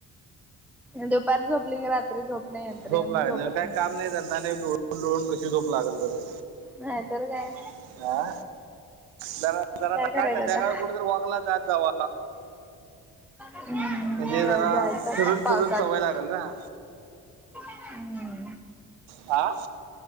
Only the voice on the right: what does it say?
झोप लागत
काय
काम नाही त्यांा नाही लोळून लुळून कशी झोप लागल बरं
अ जरा जरा
सकाळ
संध्याकाळ
कुठे तर वॉकला जात जाव
म्हणजे जरा
फिरून
चिरून चवाय लागेल ना
आह